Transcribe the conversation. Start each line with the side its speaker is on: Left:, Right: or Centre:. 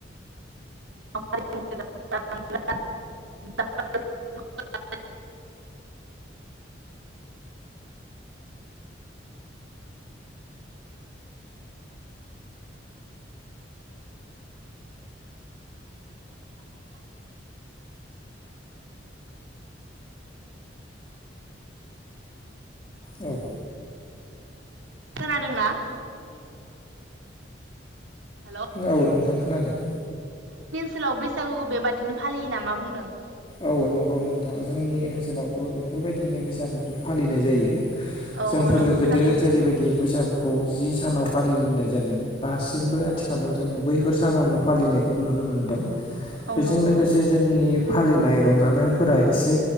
Right: <inaudible>
Left: औ
Right: खोनादोंना हेल'
Left: औ नोंथां खोनादों
Right: सोलाव बैसागोखौ बेबादिनो फालियो ना मा बुंदों
Left: औ नंगौ नोंथां जोंनि ओनसोलावबो बेफोरबायदिनो बैसागुखौ फालिनाय जायो
Right: औ
Left: जोंफोरो
Right: औ नंगौ
Left: गोदो
Right: थारैनो
Left: जेरैबायदि बैसागुखौ जि सानाव फालिबोनाय जादों दासिमबो आथिखालाव जोङो बैफोर सानावनो फालिनायखौ नुनो मोनदों
Right: औ
Left: बेजों
Right: नंगौ
Left: लोगोसे जोंनि फालिनाय रंजानायफोरा एसे